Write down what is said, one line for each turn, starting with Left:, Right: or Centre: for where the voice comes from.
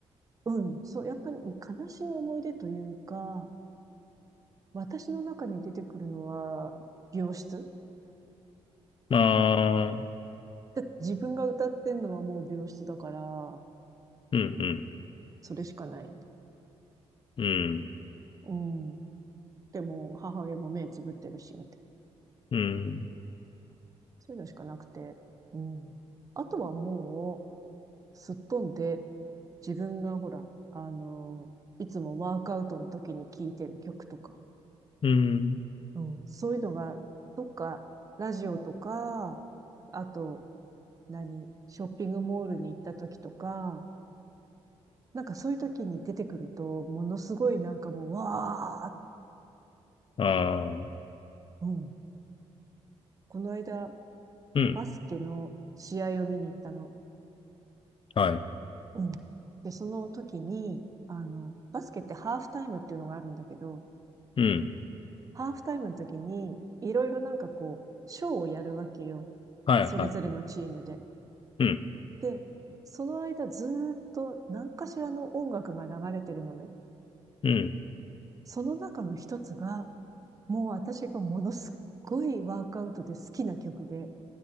Right: うん。そう、やっぱり悲しい思い出というか、私の中に出てくるのは、病室
Left: まあ、
Right: だって自分が歌ってんのはもう病室だから、
Left: うんうん
Right: それしかない。
Left: うん
Right: うん。でも、母親も目つぶってるし、みたいな。
Left: うん
Right: そういうのしかなくて。うん。あとはもう、すっ飛んで、自分がほら、あのーいつもワークアウトの時に聴いてる曲とか、
Left: うん
Right: うん、そういうのが、どっか、ラジオとか、あと、何、ショッピングモールに行った時とか、なんかそういう時に出てくると、ものすごいなんかもう、わ
Left: ああ
Right: ー、うん。この間、
Left: うん
Right: バスケの試合を見に行ったの。
Left: はい
Right: うん。で、その時に、あの、バスケってハーフタイムっていうのがあるんだけど、
Left: うん
Right: ハーフタイムの時に、いろいろなんかこう、ショーをやるわけよ。
Left: はいはい
Right: それぞれのチームで。
Left: うん
Right: で、その間ずーっと何かしらの音楽が流れてるのね。
Left: うん
Right: その中の一つが、もう私がものすっごいワークアウトで好きな曲で、